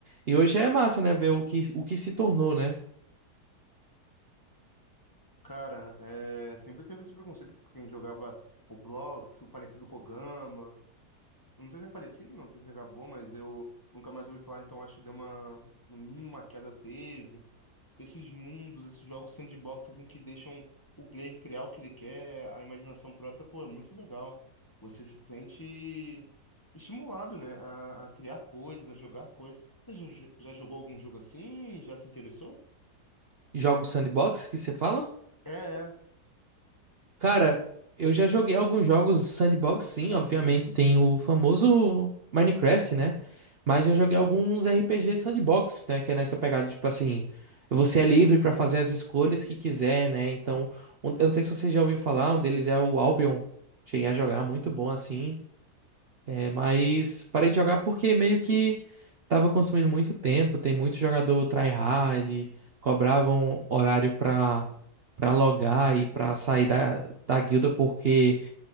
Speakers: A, on the right; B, on the left.
A: E hoje é massa, né? Ver o que, o que se tornou, né?
B: Cara, é, sempre teve esse preconceito com quem jogava Roblox, o falecido Kogama. Eu Não sei se é falecido, não sei se acabou, mas eu nunca mais ouvi falar, então acho que deu uma, no mínimo uma queda teve. esses mundos, esses jogos sandbox assim que deixam o player criar o que ele quer, a imaginação própria, pô, é muito legal. Você se sente estimulado, né, a, a criar coisas, a jogar coisas. Você já, já jogou algum jogo assim? Já se interessou?
A: Jogos sandbox que você fala?
B: É, é,
A: Cara, eu já joguei alguns jogos sandbox, sim, obviamente tem o famoso Minecraft, né? Mas já joguei alguns RPG sandbox, né? Que é nessa pegada, tipo assim, você é livre pra fazer as escolhas que quiser, né? Então, um- eu não sei se você já ouviu falar, um deles é o Albion. Cheguei a jogar, muito bom, assim. É, mas parei de jogar porque meio que tava consumindo muito tempo. Tem muito jogador tryhard, cobravam horário pra, pra logar e pra sair da, da guilda, porque